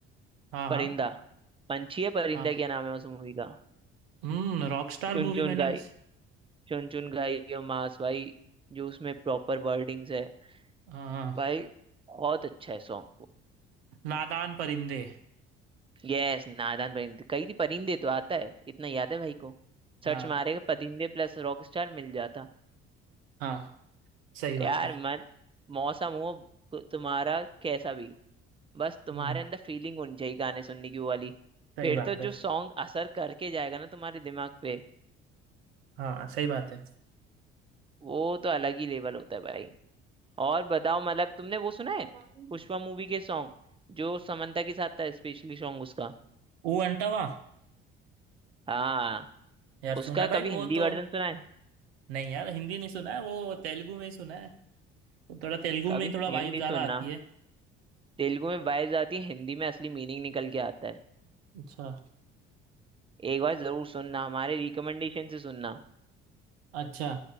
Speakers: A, on the right; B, on the right.
A: हाँ हाँ
B: परिंदा पंछी है परिंदा
A: हाँ
B: क्या नाम है उस मूवी का
A: हम्म रॉकस्टार
B: चुन
A: मूवी
B: चुन
A: मैंने
B: गाई चुन चुन गाई ये मास भाई जो उसमें प्रॉपर वर्डिंग्स है
A: हाँ
B: भाई बहुत अच्छा है सॉन्ग
A: नादान परिंदे
B: यस नादान परिंदे कई थी परिंदे तो आता है इतना याद है भाई को सर्च
A: हाँ
B: मारेगा परिंदे प्लस रॉक स्टार मिल जाता
A: हाँ सही बात
B: यार
A: है
B: मन मौसम हो तुम्हारा कैसा भी बस तुम्हारे
A: हम्म
B: अंदर फीलिंग होनी चाहिए गाने सुनने की वो वाली
A: सही
B: फिर
A: बात
B: तो
A: है
B: जो सॉन्ग असर करके जाएगा ना तुम्हारे दिमाग पे
A: हाँ सही बात है
B: वो तो अलग ही लेवल होता है भाई और बताओ मतलब तुमने वो सुना है
A: हम्म
B: पुष्पा मूवी के सॉन्ग जो समंता के साथ था स्पेशली सॉन्ग उसका
A: ऊ अंटावा
B: हाँ
A: यार
B: उसका
A: सुना है भाई
B: कभी
A: वो
B: हिंदी
A: तो
B: वर्जन सुना है
A: नहीं यार हिंदी नहीं सुना है वो तेलुगु में ही सुना है वो थोड़ा तेलुगु
B: कभी
A: में ही थोड़ा
B: हिंदी
A: वाइब ज्यादा
B: सुनना
A: आती है
B: तेलुगु में वाइब्स आती है हिंदी में असली मीनिंग निकल के आता है
A: अच्छा
B: एक बार जरूर सुनना हमारे रिकमेंडेशन से सुनना
A: अच्छा